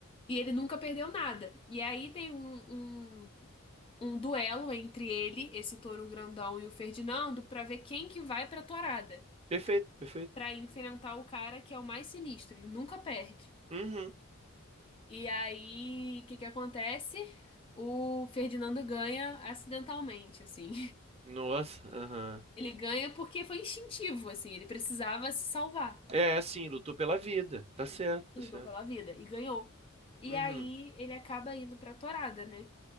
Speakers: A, on the left; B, on the right.
A: E ele nunca perdeu nada. E aí tem um, um, um duelo entre ele, esse touro grandão e o Ferdinando, pra ver quem que vai pra tourada,
B: Perfeito, perfeito.
A: pra enfrentar o cara que é o mais sinistro. Ele nunca perde.
B: Uhum.
A: E aí, o que que acontece? O Ferdinando ganha acidentalmente, assim.
B: Nossa, aham.
A: <laughs> Ele ganha porque foi instintivo, assim. Ele precisava se salvar.
B: É, sim, lutou pela vida. Tá certo, tá
A: Lutou
B: certo.
A: pela vida e ganhou. E
B: Uhum.
A: aí, ele acaba indo pra tourada, né?